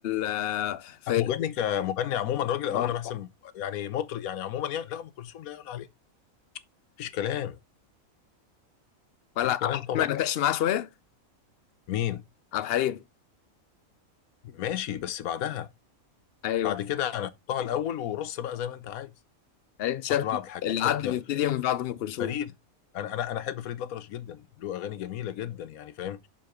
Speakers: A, on the left (about 60°); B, on the left (about 80°).
A: آه، فيروز
B: مغني كمغني عموما راجل اه
A: طب-
B: انا بحسب يعني مطرب يعني عموما يعني لا ام كلثوم لا يعلى عليها مفيش كلام
A: ولا
B: مفيش
A: عبد
B: كلام
A: الحليم
B: طبعا
A: ما نتعش معاه شوية
B: مين
A: عبد الحليم
B: ماشي بس بعدها
A: أيوه
B: بعد كده انا احطها الاول ورص بقى زي ما انت عايز
A: يعني أنت شايف
B: حط بقى عبد الحليم
A: العد
B: حط
A: بيبتدي من بعد أم كلثوم
B: فريد انا انا انا احب فريد الأطرش جدا له اغاني جميله جدا يعني فاهم